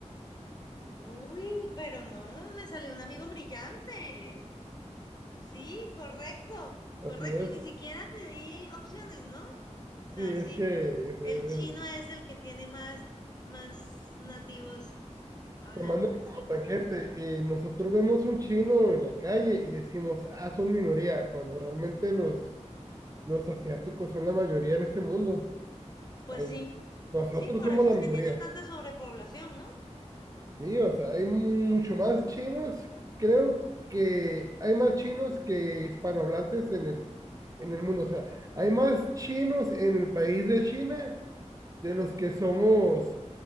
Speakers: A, on the left; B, on the right.
A: Uy, pero no, me salió un amigo brillante. Sí, correcto,
B: Así
A: correcto.
B: es.
A: Y ni siquiera te di opciones, ¿no? O sea,
B: Sí, es
A: sí,
B: que es,
A: el
B: es-
A: chino es el que tiene más, más nativos hablantes,
B: tomando como
A: sí.
B: tangente, eh, nosotros vemos un chino en la calle y decimos, ah, son minoría, cuando realmente los, los asiáticos son la mayoría en este mundo.
A: Pues
B: Hay-
A: sí,
B: nosotros
A: sí, por
B: somos
A: eso
B: la
A: es
B: minoría.
A: que tienen tanta sobrepoblación, ¿no?
B: Sí, o sea, hay mucho más chinos, creo que hay más chinos que hispanohablantes en el, en el mundo. O sea, hay más chinos en el país de China de los que somos